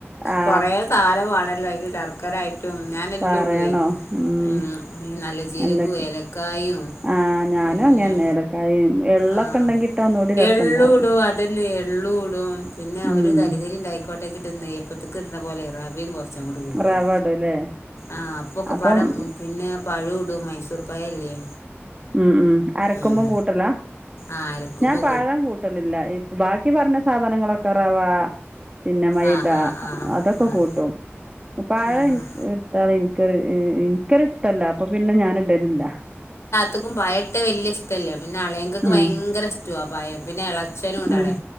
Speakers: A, on the right; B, on the left.
A: ആ
B: കൊറെ സാനം വാണല്ലോ അയ്ക്ക് ശർക്കരായി റ്റും ഞാനെല്ലും
A: പറയണോ
B: ഇടുവേ
A: ഉം
B: മം നല്ല ജീരകവും
A: എന്തൊക്കെ
B: ഏലക്കായും-
A: ആ ഞാനും
B: പിന്നെ
A: അങ്ങനെ തന്നെ ഏലക്കായും എള്ളൊക്കെ
B: ആഹ്
A: ഉണ്ടെങ്കിൽ ഇട്ടാൽ ഒന്നുകൂടി രസമുണ്ടാവും
B: എള്ളുടും അതന്നെ എള്ളൂടും പിന്നെ ഒരു
A: ഉം
B: തരിതരി ഉണ്ടായിക്കോട്ടേച്ചിട്ട് നെയ്യപ്പത്ത്ക്ക് ഇട് ണ പോലെ റവിം കൊർ ച്ചങ്ങോട്ട് കൂട്ടും
A: റവ ഇടും അല്ലേ
B: ആഹ് അപ്പൊക്കെപ്പാടെ
A: അപ്പം
B: പിന്നെ പഴുടും മൈസൂർ പഴല്ലേ-
A: ഉം ഉം അരക്കുമ്പം
B: ഉം
A: കൂട്ടല
B: ആഹ് അരക്കുമ്പോ
A: ഞാൻ പഴം കൂട്ടും കൂട്ടൽല്ല ബാക്കി പറഞ്ഞ സാധനങ്ങളൊക്കെ റവാ പിന്നെ മൈദ
B: ആഹ് ആഹ് ആഹ്
A: അതൊക്കെ
B: ആഹ്
A: കൂട്ടും പഴം
B: ആഹ്
A: ഇൻക് ഇൻക്കൊര് ഇഷ്ട്ടല്ല അപ്പൊ പിന്നെ ഞാൻ ഇടലില്ല.
B: ക്കും പഴട്ട് വലിയ ഇഷ്ട്ടല്ല പിന്നെ അളിയാക്കാക്ക്
A: ഉം
B: ഭയങ്കര ഇഷ്ട്ടാ ആഹ് പയം പിന്നെ ച്ഛനും ഇണ്ടാടെ
A: ഉം